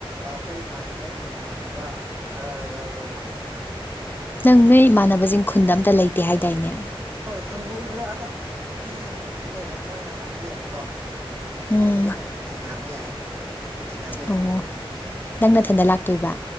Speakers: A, on the right (about 25°); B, on the left (about 20°).
A: ꯑꯩꯈꯣꯏ ꯏꯃꯥꯟꯅꯕꯒꯤ ꯃꯃꯥꯟꯅꯕ ꯈꯔ ꯌꯥꯎꯗꯧ ꯃꯥꯜꯂꯤ
B: ꯅꯪ ꯅꯣꯏ ꯏꯃꯥꯟꯅꯕꯁꯤꯡ ꯈꯨꯟꯗ ꯑꯝꯇ ꯂꯩꯇꯦ ꯍꯥꯏꯗꯥꯏꯅꯦ
A: ꯍꯣꯏ ꯈꯨꯟꯗ ꯑꯗꯣ ꯑꯩ ꯈꯨꯟꯗ ꯂꯩꯕ ꯃꯣꯏꯅ ꯑꯥꯗ ꯂꯩꯕꯀꯣ
B: ꯎꯝ
A: ꯑꯗꯨꯗꯨꯝ ꯊꯦꯡꯅꯕ ꯌꯥꯏ ꯑꯗꯨꯝ ꯊꯦꯡꯅꯗꯣꯏꯅꯤ
B: ꯑꯣ ꯅꯪ ꯅꯊꯟꯗ ꯂꯥꯛꯇꯣꯏꯕ